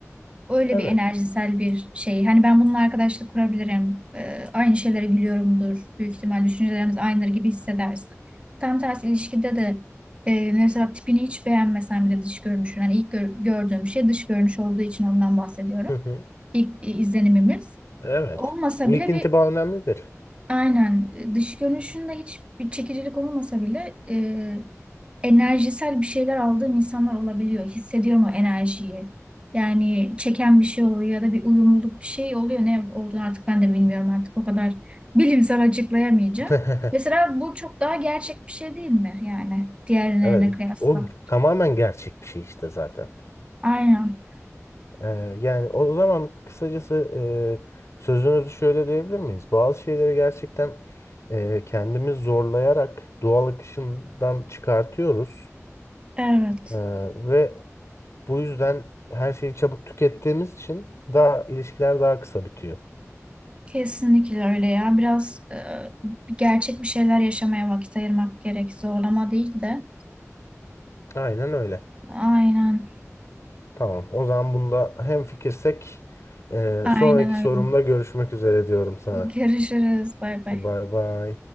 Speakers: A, on the right (about 20°); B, on the left (about 65°).
A: öyle
B: Evet.
A: bir enerjisel bir şey. Hani ben bununla arkadaşlık kurabilirim. Ee, aynı şeylere gülüyorumdur. Büyük ihtimal düşüncelerimiz aynıdır gibi hissedersin. Tam tersi ilişkide de e, mesela tipini hiç beğenmesen bile dış görünüşün. Hani ilk gör- gördüğüm şey dış görünüş olduğu için ondan bahsediyorum.
B: Hı hı.
A: İlk e, izlenimimiz.
B: Evet.
A: Olmasa
B: İlk
A: bile
B: intiba
A: bir
B: önemlidir.
A: aynen e, dış görünüşünde hiç bir çekicilik olmasa bile e, enerjisel bir şeyler aldığım insanlar olabiliyor. Hissediyorum o enerjiyi. Yani çeken bir şey oluyor ya da bir uyumluluk bir şey oluyor. Ne olduğunu artık ben de bilmiyorum artık o kadar bilimsel açıklayamayacağım.
B: <laughs>
A: Mesela bu çok daha gerçek bir şey değil mi yani diğerlerine
B: Evet.
A: kıyasla?
B: O tamamen gerçek bir şey işte zaten.
A: Aynen.
B: Ee, yani o zaman kısacası e, sözünüzü şöyle diyebilir miyiz? Bazı şeyleri gerçekten e, kendimiz zorlayarak doğal akışından çıkartıyoruz.
A: Evet,
B: Ee, ve bu yüzden her şeyi çabuk tükettiğimiz için daha ilişkiler daha kısa bitiyor.
A: kesinlikle öyle ya. Biraz e, gerçek bir şeyler yaşamaya vakit ayırmak gerek. Zorlama değil de.
B: Aynen öyle.
A: Aynen,
B: Tamam. O zaman bunda hemfikirsek e,
A: aynen
B: sonraki
A: öyle.
B: sorumda görüşmek üzere diyorum sana.
A: Görüşürüz. Bay bay.
B: Bay bay.